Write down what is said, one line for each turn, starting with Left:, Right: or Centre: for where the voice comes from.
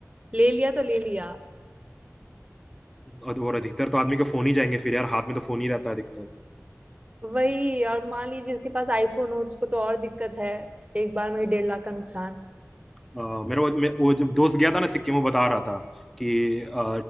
Right: ले लिया तो ले लिया
Centre: और तो और अधिकतर तो आदमी के फोन ही जाएंगे फिर यार हाथ में तो फोन ही रहता है अधिकतर
Right: वही और मान लीजिए जिसके पास आईफोन हो उसको तो और दिक्कत है एक बार में ही डेढ़ लाख का नुकसान
Centre: अ, मेरा वो मैं- वो जब दोस्त गया था ना सिक्किम वो बता रहा था कि अ,